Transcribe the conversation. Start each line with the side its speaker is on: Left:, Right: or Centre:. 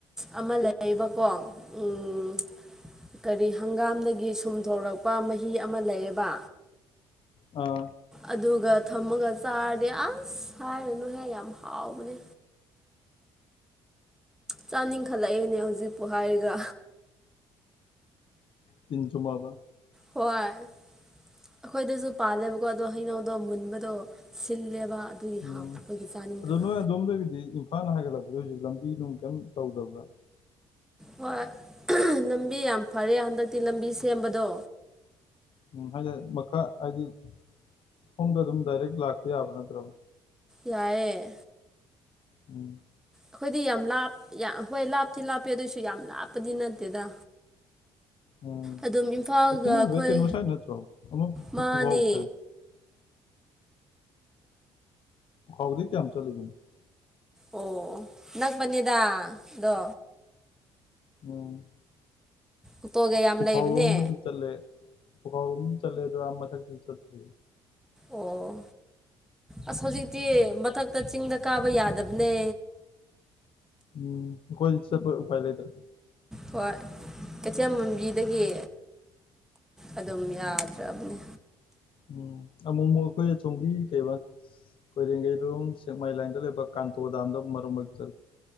Centre: ꯑꯃ ꯂꯩꯔꯤꯕꯀꯣ ꯎꯝ ꯀꯔꯤ ꯍꯪꯒꯥꯝꯗꯒꯤ ꯁꯨꯝ ꯊꯣꯛꯣꯔꯛꯄ ꯃꯍꯤ ꯑꯃ ꯂꯩꯌꯦꯕ
Left: ꯑꯥ
Centre: ꯑꯗꯨꯒ ꯊꯝꯃꯒ ꯆꯥꯔꯗꯤ ꯑꯁ ꯍꯥꯏꯔꯅꯦꯍꯦ ꯌꯥꯝ ꯍꯥꯎꯕꯅꯦ ꯆꯥꯅꯤꯡꯈꯠꯂꯛꯑꯦꯅꯦ ꯍꯧꯖꯤꯛꯄꯨ ꯍꯥꯏꯔꯒ
Left: ꯇꯤꯟ ꯆꯨꯝꯃꯕꯥ
Centre: ꯍꯣꯏ ꯑꯈꯣꯏꯗꯖꯨ ꯄꯥꯜꯂꯦꯕꯀꯣ ꯑꯗꯣ ꯍꯩꯅꯧꯗꯣ ꯃꯨꯟꯕꯗꯣ ꯁꯤꯜꯂꯦꯕ ꯑꯗꯨꯒꯤ ꯍꯥꯎꯇꯕꯒꯤ
Left: ꯎꯝ
Centre: ꯆꯥꯅꯤꯡꯗꯕ
Left: ꯑꯗꯣ ꯅꯣꯏ ꯑꯗꯣꯝꯗꯒꯤꯗꯤ ꯏꯝꯐꯥꯜ ꯍꯥꯏꯒꯠꯂꯛꯄꯗ ꯍꯧꯖꯤꯛ ꯂꯝꯕꯤ ꯅꯨꯡ ꯀꯩꯝ ꯇꯧꯗꯕ꯭ꯔꯥ
Centre: ꯍꯣꯏ ꯂꯝꯕꯤ ꯌꯥꯝ ꯐꯔꯦ ꯍꯟꯗꯛꯇꯤ ꯂꯝꯕꯤ ꯁꯦꯝꯕꯗꯣ
Left: ꯎꯝ ꯍꯥꯏꯗꯤ ꯃꯈꯥ ꯍꯥꯏꯗꯤ ꯁꯣꯝꯗ ꯑꯗꯨꯝ ꯗꯥꯏꯔꯦꯛ ꯂꯥꯛꯄ ꯌꯥꯕ ꯅꯠꯇ꯭ꯔꯕ
Centre: ꯌꯥꯏꯌꯦ
Left: ꯎꯝ
Centre: ꯑꯈꯣꯏꯗꯤ ꯌꯥꯝ ꯂꯥꯞ ꯍꯣꯏ ꯂꯥꯞꯇꯤ ꯂꯥꯞꯄꯦ ꯑꯗꯨꯏꯁꯨ ꯌꯥꯝ ꯂꯥꯞꯄꯗꯤ ꯅꯠꯇꯦꯗ
Left: ꯎꯝ
Centre: ꯑꯗꯨꯝ ꯏꯝꯐꯥꯜꯒ
Left: ꯀꯩꯊꯦꯜ
Centre: ꯑꯩꯈꯣꯏ
Left: ꯑꯣꯏꯕ ꯀꯩꯅꯣ ꯁꯥꯏꯠ ꯅꯠꯇ꯭ꯔꯣ ꯑꯃ ꯄꯨ
Centre: ꯃꯥꯅꯦ
Left: ꯄꯨꯈꯥꯎ ꯁꯥꯏꯠ ꯈꯥꯎꯗꯒꯤ ꯀ꯭ꯌꯥꯝ ꯆꯠꯂꯤꯒꯦ
Centre: ꯑꯣ ꯅꯛꯕꯅꯤꯗ ꯗꯣ
Left: ꯎꯝ
Centre: ꯑꯣꯇꯣꯒ ꯌꯥꯝ
Left: ꯄꯨꯈꯥꯎꯔꯣꯝꯕꯨꯗꯤ
Centre: ꯂꯩꯕꯅꯦ
Left: ꯆꯠꯂꯦ ꯄꯨꯈꯥꯎꯔꯣꯝꯗꯤ ꯆꯠꯂꯦ ꯑꯗꯣ ꯑꯥ ꯃꯊꯛꯇꯤ ꯆꯠꯇ꯭ꯔꯤ
Centre: ꯑꯣ ꯑꯁ ꯍꯧꯖꯤꯛꯇꯤ ꯃꯊꯛꯇ ꯆꯤꯡꯗ ꯀꯥꯕ ꯌꯥꯗ꯭ꯕꯅꯦ꯫
Left: ꯎꯝ ꯑꯈꯣꯏ ꯆꯠꯄ ꯎꯄꯥꯏ ꯂꯩꯥꯇ꯭ꯔꯦ
Centre: ꯍꯣꯏ ꯀꯩꯊꯦꯜꯃꯥꯟꯕꯤꯗꯒꯤ ꯑꯗꯨꯝ ꯌꯥꯗ꯭ꯔꯥꯕꯅꯦ꯫
Left: ꯎꯝ ꯑꯃꯨꯛ ꯑꯃꯨꯛ ꯑꯈꯣꯏ ꯑꯁꯣꯝꯒꯤ ꯀꯩꯕꯥ ꯀꯣꯏꯔꯦꯡꯒꯩꯔꯨꯝ ꯁꯦꯛꯃꯥꯏ ꯂꯥꯏꯟꯗ ꯂꯩꯕ ꯀꯥꯟꯇꯣ ꯗꯥꯝꯗ ꯃꯔꯛ ꯃꯔꯛ ꯆꯠꯂꯦ꯫